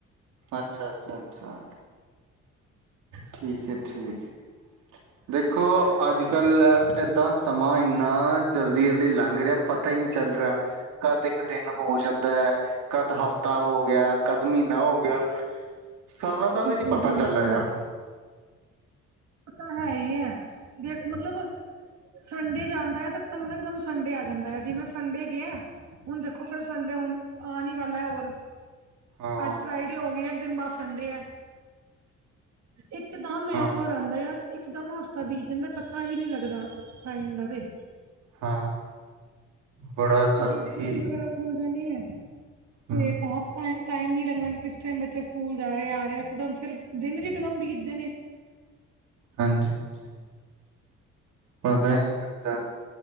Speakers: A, on the right; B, on the right.
A: ਅੱਛਾ-ਅੱਛਾ-ਅੱਛਾ, ਠੀਕ ਏ ਠੀਕ ਏ। ਦੇਖੋ,
B: ਹੋਰ ਸੁਣਾਓ?
A: ਅੱਜ ਕੱਲ੍ਹ ਏਦਾਂ ਸਮਾਂ ਏੰਨਾ ਜਲਦੀ-ਜਲਦੀ ਲੰਘ ਰਿਹਾ ਪਤਾ ਨੀਂ ਚੱਲ ਰਿਹਾ ਕਦ ਇੱਕ ਦਿਨ ਹੋ ਜਾਂਦਾ ਐ ਕੱਦ ਹਫ਼ਤਾ ਹੋ ਗਿਆ, ਕੱਦ ਮਹੀਨਾ ਹੋ ਗਿਆ ਸਾਲਾਂ ਦਾ
B: ਬਿਲਕੁਲ
A: ਵੀ ਨੀ ਪਤਾ
B: ਬਿਲਕੁਲ
A: ਚੱਲ ਰੇਹਾ
B: ਤਾਂ ਹੈ ਈ ਐ ਜੇ ਮਤਲਬ ਸੰਡੇ ਜੇ ਆੰਦਾ ਏ ਤੇ ਇੱਕ ਦਮ ਸੰਡੇ ਆ ਜਾਂਦਾ ਆ ਜਿਵੇਂ ਸੰਡੇ ਗਿਆ ਹੁਨ ਦੇਖੋ ਫਿਰ ਸੰਡੇ ਹੁਨ ਆਨ ਈ ਵਾਲਾ ਹੋਰ
A: ਹਾਂ
B: ਅੱਜ ਫਰਾਈਡੇ ਹੋ ਗਈ ਇੱਕ ਦਿਨ ਬਸ ਸੰਡੇ ਐ ਇੱਕਦਮ ਐਤਵਾਰ
A: ਹਾਂ
B: ਯਾਰ ਇਕ ਦਮ ਹਫ਼ਤਾ ਬੀਤ ਜਾਂਦਾ ਪਤਾ ਈ ਨੀ ਲੱਗਦਾ ਟਾਈਮ ਦਾ ਤੇ
A: ਹਾਂ। ਬੜਾ ਜਲਦੀ
B: ਅੱਗੇ ਸਕੂਲ ਵਗੈਰਾ ਖੁਲ ਜਾਂਨੇ ਏ ਤੇ
A: ਹਮ,
B: ਤਾ ਟਾਈਮ ਨੀ ਲੱਗਨਾ ਕਿ ਕਿਸ ਟਾਈਮ ਬੱਚੇ ਸਕੂਲ ਜਾ ਰਿਹੇ ਆ ਰਿਹੇ ਆ ਇਕਦਮ ਫਿਰ ਦਿਨ ਵੀ ਇਕਦਮ ਬੀਤਦੇ ਨੇ
A: ਹਾਂਜੀ-ਹਾੰਜੀ ਪਤਾ ਈ ਲੱਗਦਾ